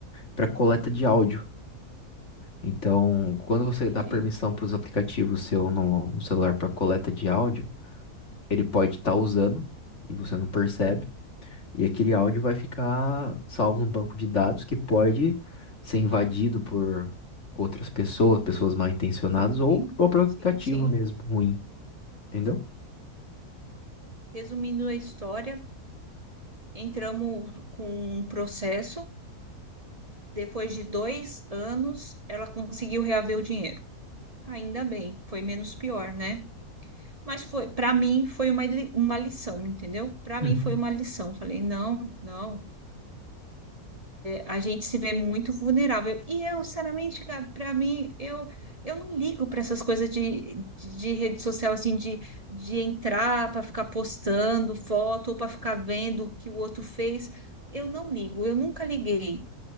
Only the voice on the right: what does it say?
Entendi.
Sim,
sim, sim.
Resumindo a história, entramos com um processo. Depois de dois anos, ela conseguiu reaver o dinheiro. Ainda bem, foi menos pior, né? Mas foi, para mim, foi uma, li- uma lição, entendeu? Para mim
foi uma lição. Falei, não, não. a gente se vê muito vulnerável. E eu, sinceramente, Gabi, para mim, eu, eu não ligo para essas coisas de, de rede social, assim, de, de entrar para ficar postando foto ou para ficar vendo o que o outro fez. Eu não ligo, eu nunca liguei.